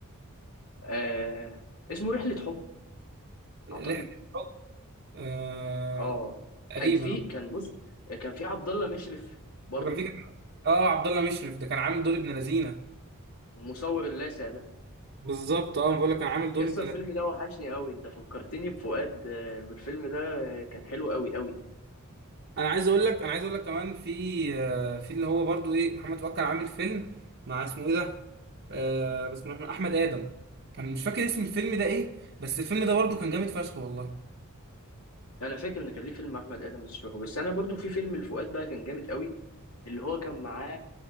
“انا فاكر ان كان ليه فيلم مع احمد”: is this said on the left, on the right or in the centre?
Left